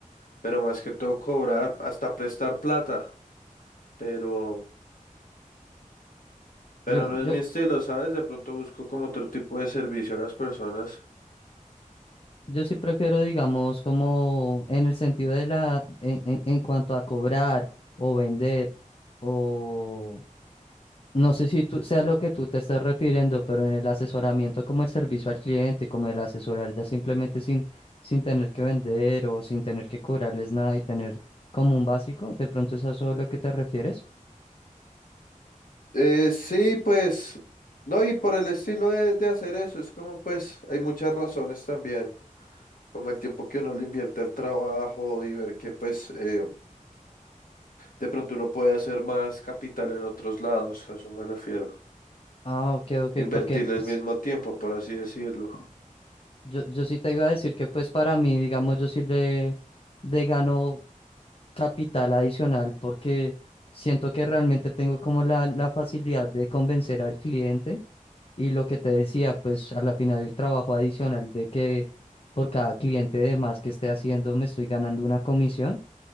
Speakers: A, on the left; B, on the left.
A: pero más que todo cobrar, hasta prestar plata, pero, pero
B: Yo,
A: no
B: yo,
A: es mi estilo, ¿sabes? De pronto busco como otro tipo de servicio a las personas.
B: yo sí prefiero, digamos, como en el sentido de la, en, en, en cuanto a cobrar o vender o No sé si tú sea lo que tú te estás refiriendo, pero en el asesoramiento como el servicio al cliente, como el asesorar ya simplemente sin, sin tener que vender o sin tener que cobrarles nada y tener como un básico, ¿de pronto es a eso lo que te refieres?
A: Eh, sí, pues, no, y por el estilo de, de hacer eso, es como pues hay muchas razones también, como el tiempo que uno le invierte al trabajo y ver que pues eh, de pronto uno puede hacer más capital en otros lados, a eso me refiero,
B: Ah, ok, ok,
A: invertirle
B: porque pues,
A: el mismo tiempo, por así decirlo.
B: yo, yo sí te iba a decir que pues para mí, digamos, yo sí le, le gano. capital adicional porque siento que realmente tengo como la, la facilidad de convencer al cliente y lo que te decía, pues a la final el trabajo adicional de que por cada cliente de más que esté haciendo me estoy ganando una comisión,